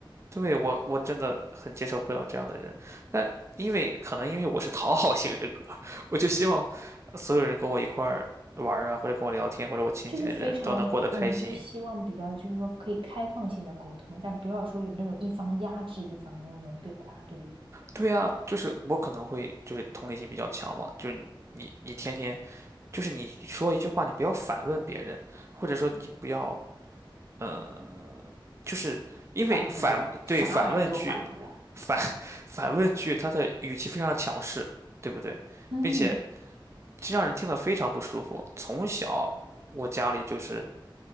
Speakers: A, on the right (about 35°); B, on the right (about 85°).
A: 对，我我真的很接受不了这样的人，但因为可能因为我是讨好型人格，<laughs> 我就希望所有人跟我一块儿玩儿啊，或者跟我聊天，或者我亲近的人都能过得开心。
B: 就是非常，我们就希望比较，就是说可以开放性的沟通，但不要说有那种一方压制一方的那种表达，对不对？
A: 对呀，就是我可能会就是同理心比较强嘛，就是你你你天天就是你说一句话，你不要反问别人，或者说你不要嗯，就是因为反对反问句，
B: 反驳，啥玩意儿都反驳，
A: 反 <laughs> 反问句，它的语气非常的强势，对不对？
B: 嗯，
A: 并且这让人听得非常不舒服。从小我家里就是